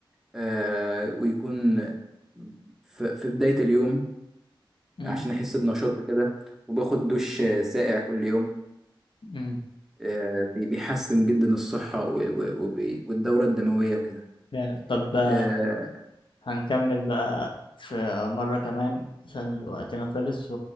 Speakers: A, in the centre; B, on the left.
A: آه، ويكون في في بدايه اليوم
B: مم.
A: عشان احس بنشاط كده وباخد دش آه، ساقع كل يوم
B: امم
A: آه، بي- بيحسن جدا الصحه و- و- وبي- والدوره الدمويه وكده
B: فعلا طب آه،
A: آه،
B: هنكمل بقى في مرة كمان عشان وقتنا خلص